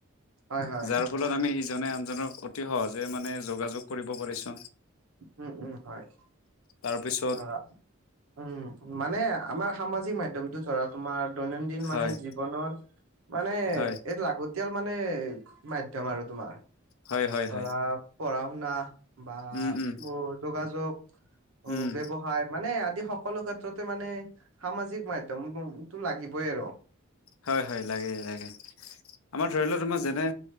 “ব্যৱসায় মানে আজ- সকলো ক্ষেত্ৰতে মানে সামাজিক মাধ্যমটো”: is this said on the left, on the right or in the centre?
Right